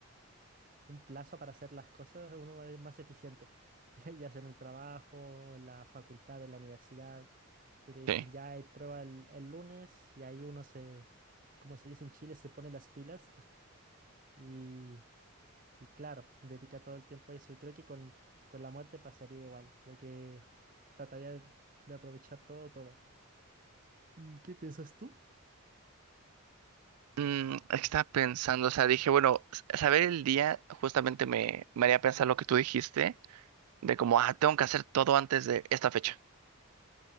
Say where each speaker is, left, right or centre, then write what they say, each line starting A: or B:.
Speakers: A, on the right (about 35°); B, on the right (about 85°).
A: un plazo para hacer las cosas, uno es más eficiente. <laughs> Ya sea en el trabajo, en la facultad, en la universidad, que te dicen
B: Sí.
A: ya hay prueba el, el lunes y ahí uno se, como se dice en Chile, se pone las pilas <laughs> y, y claro, dedica todo el tiempo a eso. Y creo que con, con la muerte pasaría igual. Creo que trataría de, de aprovechar todo, todo. ¿Y qué piensas tú?
B: Mm, estaba pensando, o sea, dije, bueno, s- saber el día justamente me, me haría pensar lo que tú dijiste, de como, ah, tengo que hacer todo antes de esta fecha.